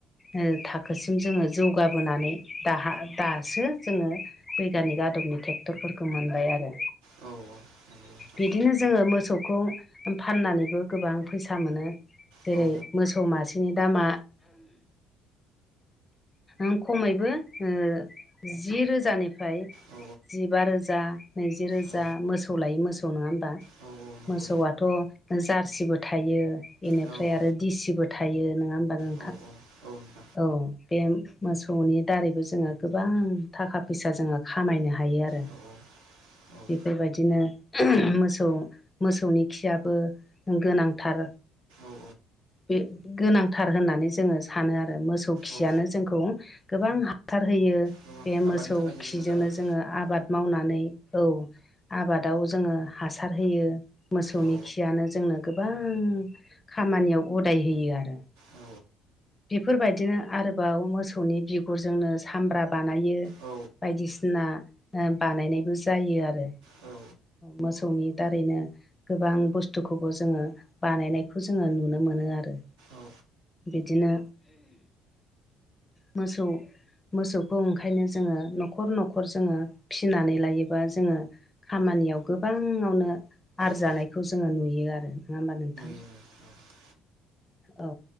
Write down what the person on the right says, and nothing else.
औ नंगौ नोंथां
औ उम
औ
औ
औ औ नंगौ
नोंथां औ
औ औ औ। नोंथां
औ औ औ
औ
औ
गोबां
आबादनि थाखाय जोबोद
मोजां आरो
औ
औ
औ
औ।
औ
औ
<inaudible>